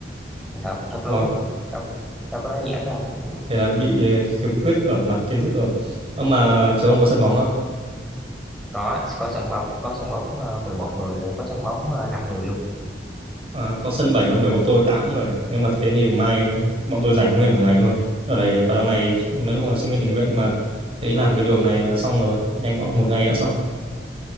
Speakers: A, in the centre; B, on the right.
A: thật thật luôn
B: wow
A: đâu đâu có nói giỡn đâu
B: thế là bị ờ, khiếm khuyết ở mặt kiến thức rồi Ơ mà trường ông có sân bóng không
A: có có sân bóng có sân bóng ờ, mười một người có sân bóng uh, 5 người luôn
B: à, có sân bảy không bởi bọn tôi 8 người nếu mà thế thì mai bọn tôi rảnh nguyên cả ngày luôn ở đây vào đằng này nói chung là sinh viên tình nguyện mà thấy làm cái đường này là xong rồi nhanh quá một ngày đã xong